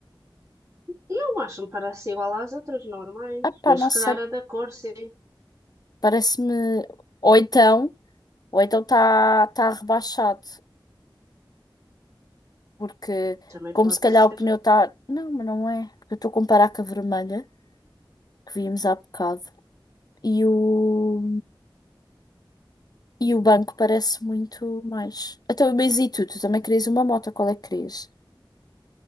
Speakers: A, on the right; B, on the left.
A: Não acho que parece igual às outras normais.
B: Ah pá,
A: Mas
B: não
A: se calhar
B: sei,
A: a da cor, sim.
B: parece-me... Ou então, ou então está tá tá rebaixado, porque
A: Também
B: como
A: pode
B: se calhar
A: ser
B: o pneu está... Não, mas não é, porque eu estou a comparar com a vermelha que vimos há bocado. E o, e o banco parece muito mais. Então, mas e tu? Tu também querias uma moto, qual é que querias?